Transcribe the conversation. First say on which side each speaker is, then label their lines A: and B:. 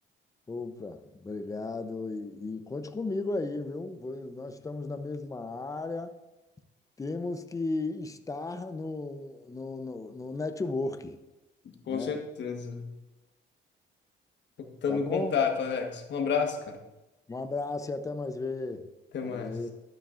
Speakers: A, on the left; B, on the left.
A: Opa, obrigado. E, e conte comigo aí, viu? Vou- Nós estamos na mesma área. Temos que estar no, no, no, no network,
B: Com
A: né?
B: certeza. Estamos
A: Tá bom?
B: em contato, Alex. Um abraço, cara.
A: Um abraço e até mais ver.
B: Até
A: Valeu.
B: mais.